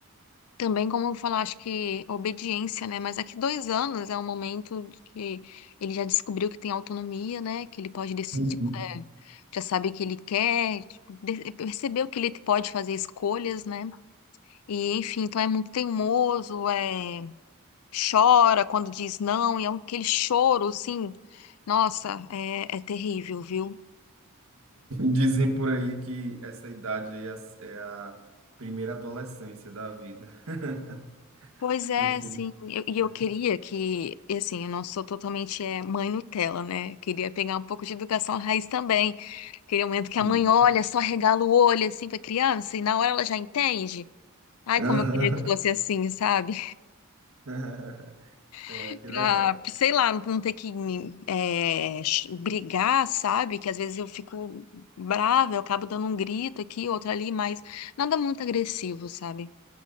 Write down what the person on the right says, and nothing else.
<laughs>
Dizem por aí que essa idade aí é a é a primeira adolescência da vida. <laughs>
Porque,
né,
sim.
Aham.
<laughs> É,
que
legal.